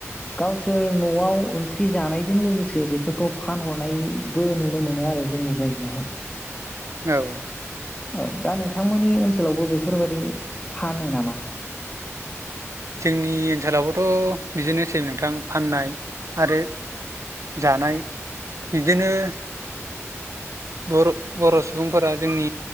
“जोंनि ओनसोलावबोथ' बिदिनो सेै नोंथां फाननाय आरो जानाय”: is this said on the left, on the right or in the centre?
Right